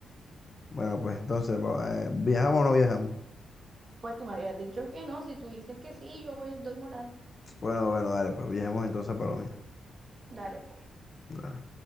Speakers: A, on the left; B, on the right.
A: bueno, pues entonces, va- eh, ¿viajamos o no viajamos?
B: Pues tú me habías dicho que no, si tú dices que sí, yo doy moral.
A: Bueno, bueno, dale, pues viajamos entonces a Palomino.
B: Dale, pues.
A: Dale.